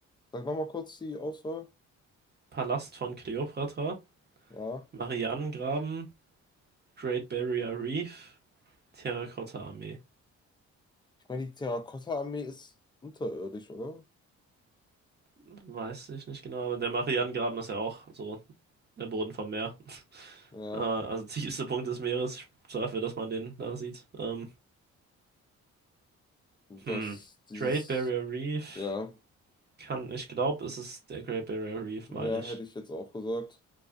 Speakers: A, on the left (about 15°); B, on the right (about 35°).
A: Sag nochmal kurz die Auswahl.
B: Palast von Kleopatra,
A: Ja.
B: Marianengraben, Great Barrier Reef, Terrakotta-Armee.
A: Ich meine, die Terrakotta-Armee ist unterirdisch, oder?
B: Weiß ich nicht genau, aber der Marianengraben ist ja auch so der Boden vom Meer. <laughs>
A: Ja,
B: Äh, also <laughs> tiefste Punkt des Meeres, dafür, dass man den da sieht. Ähm,
A: das,
B: hm.
A: dieses,
B: Great Barrier Reef
A: ja,
B: kann, ich glaube, es ist der Great Barrier Reef,
A: ja,
B: meine ich.
A: hätte ich jetzt auch gesagt.